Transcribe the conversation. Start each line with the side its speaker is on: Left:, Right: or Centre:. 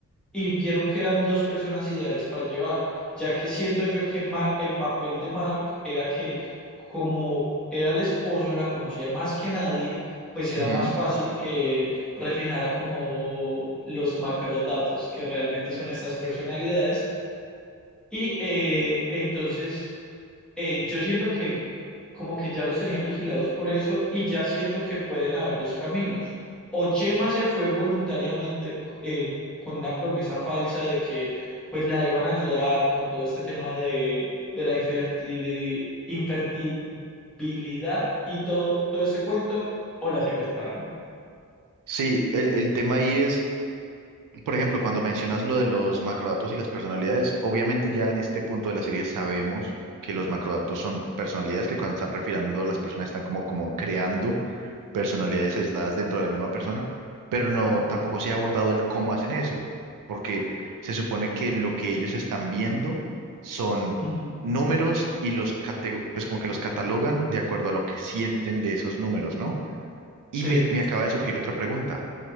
Centre: y vieron que eran dos personas ideales para llevar, ya que siento yo que Ma- el papel de Mark era que como era el esposo, la conocía más que nadie, pues era
Right: ujú.
Centre: más fácil que él refinara como los macrodatos, que realmente son estas personalidades. Y eh, entonces eh, yo siento que como que ya los tenían vigilados por eso y ya siento que pueden haber dos caminos. O Yema se fue voluntariamente eh, con una promesa falsa de que pues la iban a ayudar con todo este tema de, de la infertili- infertilidad y todo, todo este cuento, o la secuestraron.
Right: Sí, el, el tema ahí es Por ejemplo, cuando mencionas lo de los macrodatos y las personalidades, obviamente ya en este punto de la serie sabemos que los macrodatos son personalidades que cuando están refiriendo a las personas están como, como creando personalidades aisladas dentro de la misma persona, pero no, tampoco se ha abordado el cómo hacen eso, porque se supone que lo que ellos están viendo son
Centre: Ujú,
Right: números y los cate- pues como que los catalogan de acuerdo a lo que sienten de esos números, ¿no? Y
Centre: Sí.
Right: me, me acaba de surgir otra pregunta